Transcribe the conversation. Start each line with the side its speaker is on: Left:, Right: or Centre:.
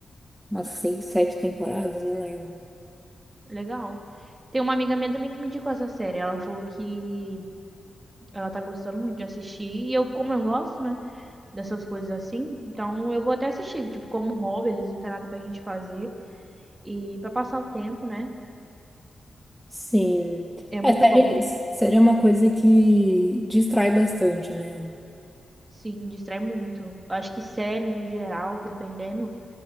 Centre: umas seis, sete temporadas, não lembro.
Right: Legal. Tem uma amiga minha também que me indicou essa série. Ela falou que ela tá gostando muito de assistir. E eu, como eu gosto, né? Dessas coisas assim. Então eu vou até assistir. Tipo, como hobby, às vezes não tem nada pra gente fazer. E pra passar o tempo, né?
Centre: Sim.
Right: É muito
Centre: É, série,
Right: bom.
Centre: série é uma coisa que distrai bastante, né?
Right: Sim, distrai muito. Eu acho que série, no geral, dependendo,